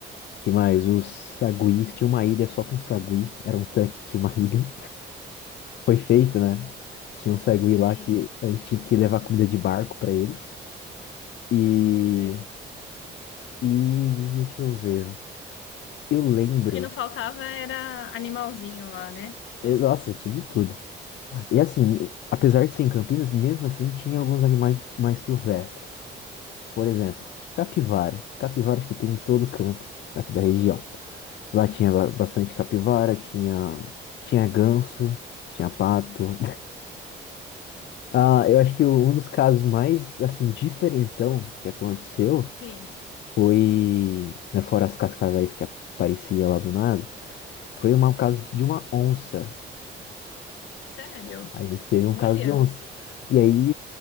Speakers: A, on the left; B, on the left.
A: que mais? Os saguis, tinha uma ilha só com sagui, era um tanque que tinha uma ilha. foi feito, né? Tinha um sagui lá
B: sim,
A: que a gente tinha que levar comida de barco pra eles. E,
B: sério.
A: e deixa eu ver. Eu lembro.
B: O que não faltava era animalzinho lá, né?
A: eu- nossa, tinha de tudo. E assim, apesar de ser em Campinas, mesmo assim tinha alguns animais mais silvestres. Por exemplo, capivara. Capivara acho que tem em todo canto aqui da região. Lá tinha ba- bastante capivara, tinha, tinha ganso, tinha pato. <laughs> Ah, eu acho que um dos casos mais, assim, diferentão que aconteceu
B: Sim,
A: Foi, né, fora as cascavéis que aparecia lá do nada, foi um caso de de uma onça.
B: sério.
A: A gente teve
B: Olha.
A: um caso de onça. E aí,